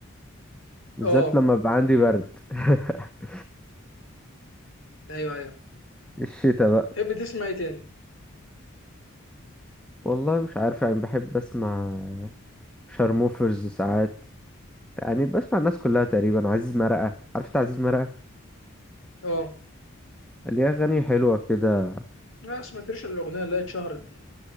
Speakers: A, in the centre; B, on the left.
A: بالذات
B: اه
A: لما بيبقى عندي برد <laughs>
B: ايوه ايوه
A: الشتا بقى
B: تحب تسمع ايه تاني
A: والله مش عارف يعني بحب اسمع شارموفرز ساعات يعني بسمع الناس كلها تقريبا عزيز مرقة عرفت عزيز مرقة
B: اه
A: ليه أغاني حلوة كده
B: ما سمعتش الاغنيه اللي هي اتشهرت دي